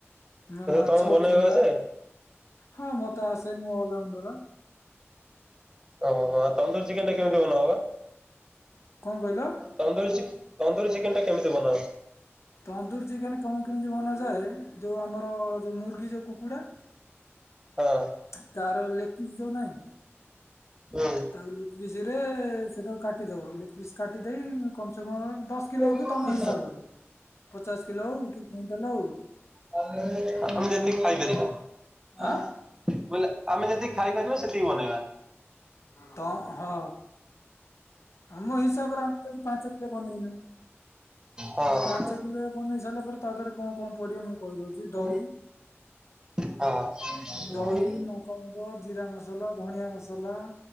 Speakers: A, on the left; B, on the right.
A: ମୁ ମାଛ
B: ତମକୁ ବନେଇବାକୁ
A: ଗୁଙ୍ଗା
B: ଆସେ?
A: ହଁ ମତେ ଆସେ ମୁଁ ଅଲରାଉଣ୍ଡର।
B: ଓହୋ ତନ୍ଦୁର ଚିକେନ ଟା କେମିତି ବନା ହବା?
A: କଣ କହିଲ?
B: ତନ୍ଦୁରୀ ଚିକେ ତନ୍ଦୁରୀ ଚିକେନ ଟା କେମିତି ବନା ହବ।
A: ତନ୍ଦୁର ଚିକେନ କଣ କେମିତି ବନାଯାଏ। ଯୋଉ ଆମର ଯୋଉ ମୁର୍ଗୀ ଯୋଉ କୁକୁଡା <inaudible>
B: ହଁ
A: ତାର ଲେଗ୍ ପିସ୍ ଯୋଉ ନାହିଁ
B: ହୁଁ।
A: ତାକୁ ଲିପ ପିସ୍ ରେ ସେଟାକୁ କାଟିଦବ ଲିପ ପିସ୍ କାଟି ଦେଇ କମ ସେ କମ ଦଶ କିଲୋ
B: ଆମେ
A: କି ତମ କଣ ହିସାବରେ ପଚାଶ କିଲୋ ହୋଉ କି କୁଇଁଟାଲେ ହୋଉ।
B: <inaudible> ଆମେ ଯେତି କି ଖାଇପାରିବା।
A: ଆଁ
B: <inaudible> ବିଲେ ଆମେ ଯେତିକି ଖାଇପାରିବା ସେତିକି ବନେଇବା।
A: ତ ହଁ। ଆମ ହିସାବରେ ଆମେ ଯଦି ପାଞ୍ଚ କିଲୋ ବନେଇନୁ
B: ହଁ।
A: ତ ପାଞ୍ଚ କିଲୋ ବନେଇ ସାରିଲା ପରେ ତା ଦେହରେ କଣ କଣ ପଡିବ ମୁଁ କହିଦଉଛି
B: ନା
A: ଦହି
B: ଗାଁରେ
A: ଦହି ନୋକ କ ଜିରା ମସଲା ଧଣିଆ ମସଲା